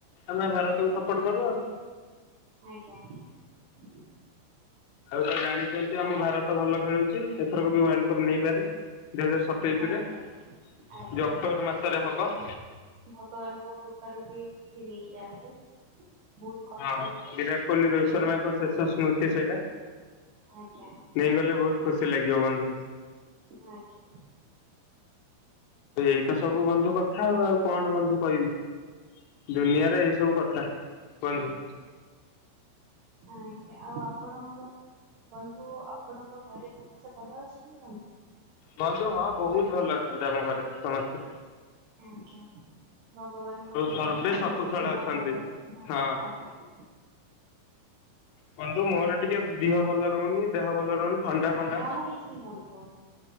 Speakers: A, on the left; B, on the right.
A: ଆମେ ଭାରତକୁ ସପୋର୍ଟ କରୁ ଆଉ
B: ଆଜ୍ଞା ଆଜ୍ଞା
A: ଆଉ ତ ଜାଣିଛନ୍ତି ଆମ ଭାରତ ଭଲ ଖେଳୁଛି ଏଥରକୁ ବି ୱାର୍ଲଡ କପ୍ ନେଇପାରେ ଦୁଇ ହଜାର ସତେଇଶରେ
B: ଆଜ୍ଞା।
A: ଯେଉଁ
B: ଆଜ୍ଞା
A: ଅକ୍ଟୋବର ମାସରେ ହେବ
B: ଭଗବାନଙ୍କ କୃପାରୁ ବି ସେ ନେଇଯାଆନ୍ତୁ ବହୁତ କଷ୍ଟ
A: ହଁ
B: ବି କରୁଛନ୍ତି
A: ବିରାଟ କୋହଲି ରୋହିତ ଶର୍ମା ଙ୍କ ଶେଷ ସ୍ମୃତି ସେଇଟା।
B: ଆଜ୍ଞା
A: ନେଇଗଲେ ବହୁତ ଖୁସି ଲାଗିବ ବନ୍ଧୁ
B: ଆଜ୍ଞା
A: ଏଇତ ସବୁ ବନ୍ଧୁ କଥା ଆଉ ଆଉ କଣ ବନ୍ଧୁ କହିବି ଦୁନିଆରେ ଏଇ ସବୁ କଥା ବନ୍ଧୁ
B: ଆଜ୍ଞା ଆଉ ଆପଣ ବନ୍ଧୁ ଆପ ଆପଣଙ୍କ ଘରେ ସମସ୍ତେ ଭଲ ଅଛନ୍ତି ବନ୍ଧୁ?
A: ବନ୍ଧୁ ହଁ ବହୁତ ଭଲ ଅଛନ୍ତି ଆମ ଘରେ ସମସ୍ତେ।
B: ଆଜ୍ଞା। ଭଗବାନଙ୍କ କୃପାରୁ
A: ସର୍ବେ
B: ସମସ୍ତେ
A: ସକୁଶଳ
B: ସେଇ ଭଳିଆ
A: ଅଛନ୍ତି।
B: ଭଲରେ ଥାଆନ୍ତୁ
A: ହଁ
B: ଆଜ୍ଞା।
A: ବନ୍ଧୁ ମୋର ଟିକେ ଦିହ ଭଲ ରହୁନି ଦେହ ଭଲ ରହୁନି ଥଣ୍ଡା ଫଣ୍ଡା
B: କଣ ହେଇଛି କି ବନ୍ଧୁ?